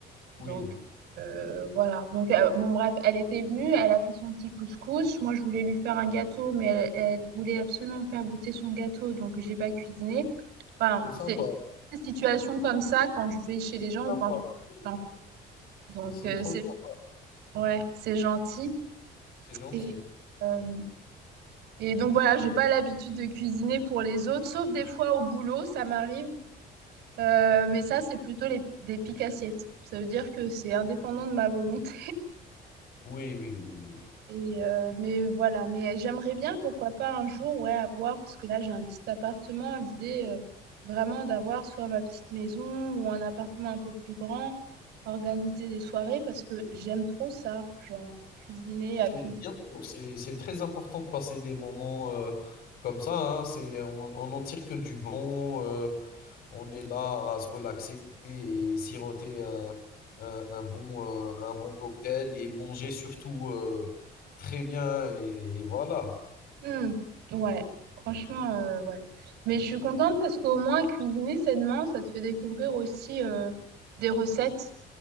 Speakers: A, on the left; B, on the right.
A: oui,
B: Donc euh, voilà. Donc euh, bon bref, elle était venue, elle a fait son petit couscous. Moi je voulais lui faire un gâteau, mais elle, elle voulait absolument me faire goûter son gâteau, donc j'ai pas cuisiné. Enfin,
A: c'est sympa,
B: c'est c'est des situations comme ça quand je vais chez
A: c'est
B: les gens
A: sympa,
B: ou quand j'invite
A: oui.
B: les gens. Donc
A: C'est
B: euh,
A: trop
B: c'est
A: sympa,
B: ouais, c'est gentil.
A: c'est gentil.
B: Et euh, et donc voilà, j'ai pas l'habitude de cuisiner pour les autres, sauf des fois au boulot, ça m'arrive. Euh, mais ça, c'est plutôt les, des piques assiettes. Ça veut dire que c'est indépendant de ma volonté.
A: Oui, oui, oui.
B: Et euh, mais voilà, mais j'aimerais bien, pourquoi pas un jour, ouais, avoir, parce que là j'ai un petit appartement, l'idée euh, vraiment d'avoir soit ma petite maison ou un appartement un peu plus grand, organiser des soirées, parce que j'aime trop ça, genre cuisiner, accueillir.
A: C'est bien sûr, c'est c'est très important de passer des moments, heu, comme ça, hein. C'est on on n'en tire que du bon, heu, on est là à se relaxer et siroter un un un bon, heu, un bon cocktail et manger surtout, heu, très bien et voilà.
B: Hmm, ouais, franchement, euh, ouais. Mais je suis contente parce qu'au moins cuisiner sainement, ça te fait découvrir aussi euh, des recettes.